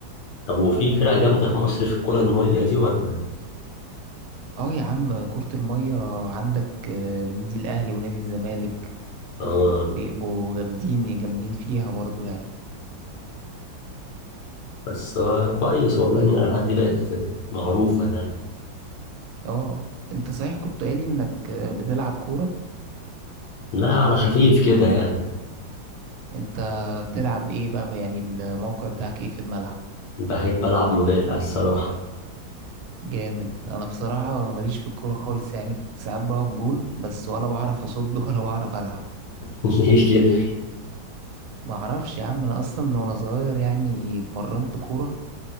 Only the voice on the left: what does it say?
طب وفي فرق جامدة في مصر في الكرة المائية دي ولا؟
آه
بس هو كويس والله إن الألعاب دي بقت معروفة يعني
لا على خفيف كده يعني
بحب ألعب مدافع الصراحة
<laughs> ليه كده؟